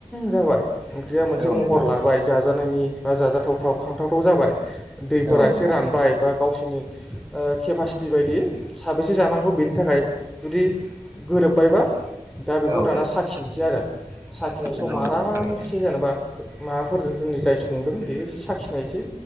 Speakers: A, in the centre; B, on the right.
A: जाबाय ओंख्रिया मोनसे
B: औ
A: महर
B: नोंथां
A: लाबाय जाजानायनि बा जाजाथावथाव खांथावथाव जाबाय दैफोरा
B: औ नोंथां
A: एसे रानबाय बा गावसोरनि ओ केपासिटि बायदि साबेसे जानांगौ बेनि थाखाय जुदि गोरोबबायबा दा बेखौ
B: औ
A: दाना
B: नोंथां
A: साखिनोसै आरो साखिनाय
B: नंगौ
A: समाव
B: नोंथां
A: आरामसे
B: थारैनो
A: जेनेबा माबाफोरजों जोंनि जाय संदों बे एसे साखिनायसै